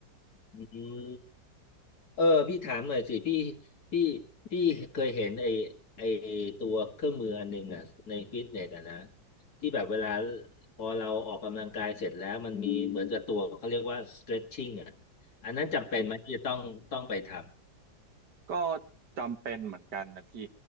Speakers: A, on the left (about 50°); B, on the right (about 60°).
A: อืม เออพี่ถามหน่อยสิพี่พี่พี่เคยเห็นไอไอตัวเครื่องมืออันหนึ่งอ่ะในฟิตเนสอ่ะนะที่แบบเวลาพอเราออกกำลังกายเสร็จแล้วมันมีเหมือนกับตัวเขาเรียกว่า stretching อ่ะอันนั้นจำเป็นไหมที่จะต้องต้องไปท
B: ก็จำเป็นเหมือนกันนะพี่